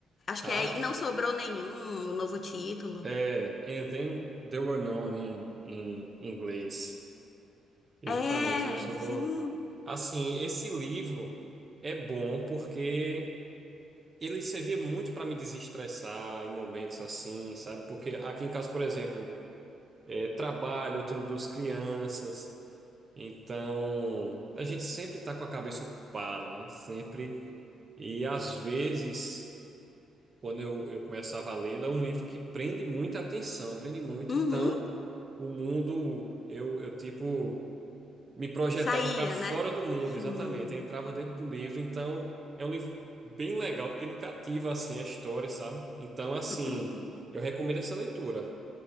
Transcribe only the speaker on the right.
Ah,
é. And then they were known em em inglês. Exatamente,
não sobrou.
Assim, esse livro é bom porque ele servia muito para me desestressar em momentos assim, sabe? Porque aqui em casa, por exemplo, é, trabalho, eu tenho duas crianças, então a gente sempre está com a cabeça ocupada, né? Sempre. E às vezes. quando eu, eu começava a lê-lo, é um livro que prende muita atenção, prende muito.
Então, o mundo, eu, eu tipo, me projetava
para fora
do mundo,
exatamente. Eu entrava dentro do livro. Então, é um livro bem legal, porque ele cativa, assim, a história, sabe? Então, assim,
eu recomendo essa leitura.